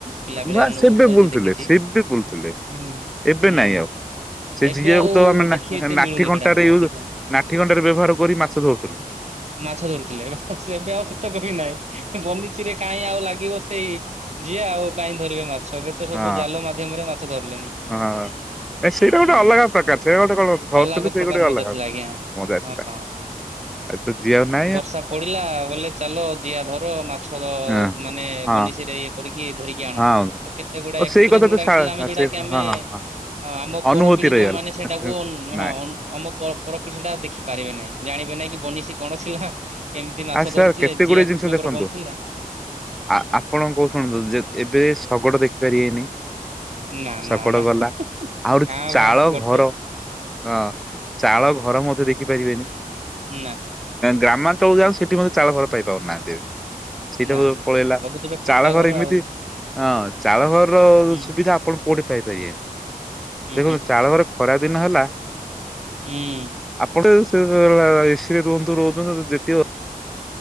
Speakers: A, on the right; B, in the centre.
A: ପିଲା ବେଳେ
B: ବାସ୍
A: ଅନୁଭବ
B: ସେବେ
A: କରିଛି
B: ବୁଲୁଥିଲେ
A: ଦେଖିଛି
B: ସେବେ ବୁଲୁଥିଲେ
A: ହୁଁ
B: ଏବେ
A: ହୁଁ
B: ନାଇଁ ଆଉ। ସେ
A: ଏବେ
B: ଯିଆକୁ
A: ଆଉ
B: ତ ମାନେ
A: ଦେଖି ଏତେ
B: ନାଠି
A: ମିଳୁନି ସେଟା
B: କଣ୍ଟାରେ
A: ହଁ
B: ୟୁ
A: ଦେଖିବା
B: ନାଠି କଣ୍ଟାରେ ବ୍ୟବହାର କରି ମାଛ ଧରୁଥିଲେ।
A: ମାଛ ଧରୁଥିଲେ ଏବେ ଆଉ ସେତକ ବି ନାହିଁ ବନିଚିରେ କାହିଁ ଆଉ ଲାଗିବ ସେଇ ଯିଆ ଆଉ କାହିଁ ଧରିବେ ମାଛ ଏବେ ତ ସବୁ
B: ହଁ।
A: ଜାଲ ମାଧ୍ୟମରେ ମାଛ ଧରିଲେଣି।
B: ହଁ ସେଇଟା
A: ହୁଁ
B: ଗୋଟେ ଅଲଗା ପ୍ରକାର ସେ ଗୋଟେ କଣ ଧରୁଥିଲେ
A: ଅଲଗା ପ୍ରକାର
B: ସେଇ ଗୋଟେ
A: ମଜା
B: ଅଲଗା
A: ଥିଲା ଆଜ୍ଞା
B: ମଜା।
A: ହଁ।
B: ସେ ତ ଯିଆ ଆଉ ନା
A: ବର୍ଷା ପଡିଲା ବୋଲେ ଚାଲ ଜିଆ ଧର ମାଛ
B: ହଁ
A: ମାନେ
B: ହଁ
A: ବନିଶି ଇଏ କରିକି ଧରିକି ଆଣ
B: ହଁ
A: ତ କେତେ ଗୁଡା
B: ଓ
A: ଏକ୍ସପିରିଏନ୍ସ
B: ସେଇ କଥା
A: ଗୁଡା
B: ତ ଶା
A: ଥିଲା ଆମେ ଯୋଉଟା
B: ସେ
A: କି ଆମେ
B: ହଁ ହଁ ହଁ
A: ହଁ ଆମ
B: ଅନୁଭୂତି
A: ପରପିଢି
B: ରହିଗଲା
A: ଯୋଉମାନେ ସେଇଟାକୁ
B: ନାଇଁ।
A: ହଁ ଅ ଆମ ପ ପରପିଢ଼ି ସେଟା ଦେଖି ପାରିବେ ନାହିଁ ଜାଣିବେ ନାଇଁ କି ବନିଶୀ କଣ ଥିଲା। କେମିତି ମାଛ
B: ଆ ସାର୍
A: ଧରୁଥିଲେ
B: କେତେ
A: ଜିଆ
B: ଗୁଡଏ ଜିନିଷ
A: କୃଷକର
B: ଦେଖନ୍ତୁ
A: ବନ୍ଥିଲା।
B: ଆ ଆପଣ କୋଉ ଶୁଣନ୍ତୁ ଯେ ଏବେ ଶଗଡ଼ ଦେଖିପାରିବେନି।
A: ନା
B: ଶଗଡ
A: ନା ନା
B: ଗଲା ଆହୁରି
A: କାଁ
B: ଚାଳ
A: ଭା ଗୋଟେ
B: ଘର ହଁ ଚାଳ ଘର ମଧ୍ୟ ଦେଖିପାରିବେନି।
A: ନାଁ।
B: ଗ୍ରାମାଞ୍ଚଳକୁ ଯାଆନ୍ତୁ ସେଠି ମଧ୍ୟ ଚାଳ ଘର ପାଇ ପାରୁନାହାଁନ୍ତି ଏବେ। ସେଇଟା
A: ନା
B: ବ
A: ନା
B: ପଳେଇଲା
A: ସବୁ ତ ଏବେ ପକ୍କା
B: ଚାଳ ଘର ଏମିତି
A: ଆଉ
B: ହଁ ଚାଳ ଘରର
A: ହୁଁ
B: ସୁବିଧା ଆପଣ କୋଉଠି ପାଇପାରିବେନି
A: ହୁଁ
B: ଦେଖନ୍ତୁ
A: ହୁଁ
B: ଚାଳ ଘର ଖରା ଦିନ ହେଲା
A: ହୁଁ।
B: ଆପଣ <unintelligible> ଏସି ରେ ରୁହନ୍ତୁ ରୁହନ୍ତୁ ଯେତିକି